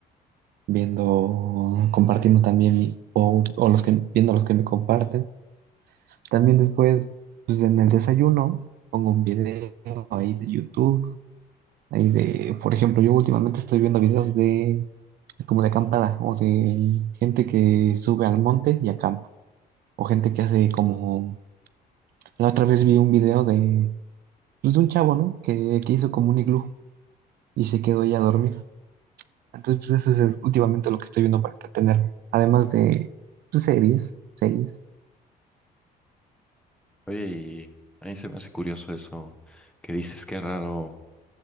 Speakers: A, on the right (about 65°); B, in the centre.
A: viendo, compartiendo también, mi- o, o los que, viendo los que me comparten. También después, pues en el desayuno, pongo un video ahí de YouTube, ahí de, por ejemplo, yo últimamente estoy viendo videos de, como de acampada, o de gente que sube al monte y acampa, o gente que hace como La otra vez vi un video de, pues, de un chavo, ¿no? Que, que hizo como un iglú y se quedó ahí a dormir. Entonces, pues eso es el- últimamente lo que estoy viendo para entretener. Además de pues, series, series.
B: Oye, y a mí se me hace curioso eso que dices, qué raro.